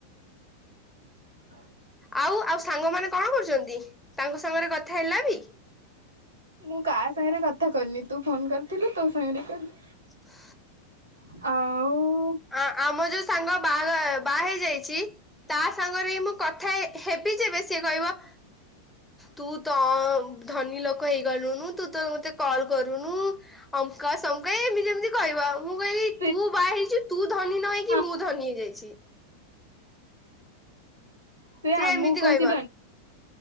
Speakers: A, on the right; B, in the centre.
A: ହ
B: ଆଉ ଆଉ ସାଙ୍ଗ ମାନେ କଣ କରୁଛନ୍ତି? ତାଙ୍କ ସାଙ୍ଗରେ କଥା ହେଲା ବି?
A: ମୁଁ କାହା ସାଙ୍ଗରେ କଥା କରିନି ତୁ ଫୋନ କରିଥିଲୁ ତୋ ସାଙ୍ଗରେ କଲି।
B: ଫୁ
A: ଆଉ?
B: ଆ ଆମ ଯୋଉ ସାଙ୍ଗ ବାହାଘର ବା ହେଇଯାଇଛି ତା ସାଙ୍ଗରେ ମୁଁ କଥା ହେ ହେବି ଯେବେ ସିଏ କହିବ ହ ତୁ ତ ଧନୀ ଲୋକ ହେଇଗଲୁନୁ ତୁ ତ ମତେ କଲ୍ କରୁନୁ ଅମକା ସ ମୁ କହେ ଏମି ଯେମିତି କହିବ ଆଉ। ମୁଁ କହିଲି
A: ସେ
B: ତୁ ବାହେଇଛୁ ତୁ ଧନୀ ନ ହେଇକି
A: ହଁ
B: ମୁଁ ଧନୀ ହେଇଯାଇଛି
A: ସେ ଆମକୁ
B: ଏମିତି
A: କହୁଛି
B: କହିବ
A: ଧନ